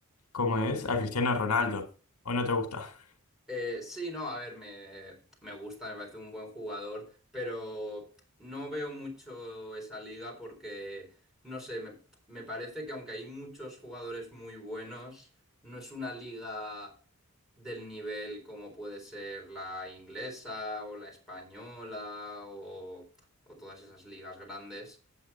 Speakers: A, on the left; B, in the centre.
A: ¿cómo es? A Cristiano Ronaldo, ¿o no te gusta? <laughs>
B: Eh, sí, no, a ver, me, me gusta, me parece un buen jugador, pero no veo mucho esa liga porque, no sé, me, me parece que aunque hay muchos jugadores muy buenos, no es una liga del nivel como puede ser la inglesa o la española o, o todas esas ligas grandes.